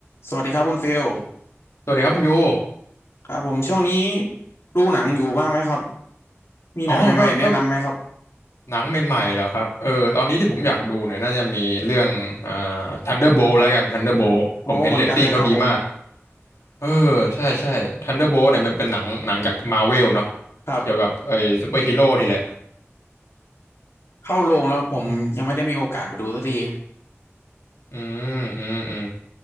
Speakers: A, on the left; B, on the left.
A: สวัสดีครับคุณฟิล
B: สวัสดีครับคุณยู
A: ครับผมช่วงนี้ดูหนังอยู่บ้างไหมครับมีหนังใหม่ๆแนะนำไหมครับ
B: อ๋อก็ก็หนังใหม่ๆแล้วครับเออตอนนี้ที่ผมอยากดูเนี่ยน่าจะมีเรื่องอ่า Thunderbolt แล้วกัน Thunderbolt
A: โอ้เหมือนกันเลยครับผม
B: ผมเห็นเรตติ้งเขาดีมาก เออ ใช่ใช่ Thunderbolt เนี่ยมันเป็นหนังหนังจาก Marvel เนาะ
A: ครับ
B: เกี่ยวกับไอ้ซูเปอร์ฮีโร่นี่แหละ
A: เข้าโรงแล้วผมยังไม่ได้มีโอกาสไปดูสักที
B: อืมอืมอืมอืม